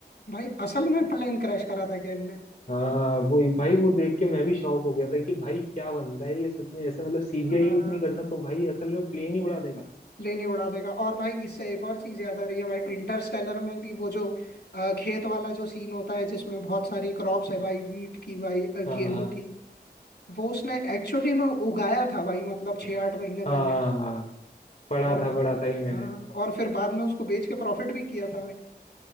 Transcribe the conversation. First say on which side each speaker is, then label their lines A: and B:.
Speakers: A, on the left (about 75°); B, on the left (about 50°).
A: भाई असल में प्लेन क्रैश करा था क्या इनने
B: हाँ वो भाई वो देख के मैं भी शॉक हो गया था कि भाई क्या बनता है ये सच में ऐसे मतलब सीजीआई
A: हाँ
B: यूज नहीं करना तो भाई असल में प्लेन ही उड़ा देगा
A: प्लेन ही उड़ा देगा और भाई इससे एक और चीज याद आ रही है भाई इंटरस्टेलर में भी वो जो अ, खेत वाला जो सीन होता है जिसमें बहुत सारी क्रॉप्स है भाई वीट की भाई अ, गेहूं
B: हाँ हाँ
A: की वो उसने एक्चुअली में उगाया था भाई मतलब छह आठ महीने
B: हाँ
A: पहले
B: पढ़ा
A: और
B: था पढ़ा था ही मैंने
A: हाँ और फिर बाद में उसको बेच के प्रॉफिट भी किया था भाई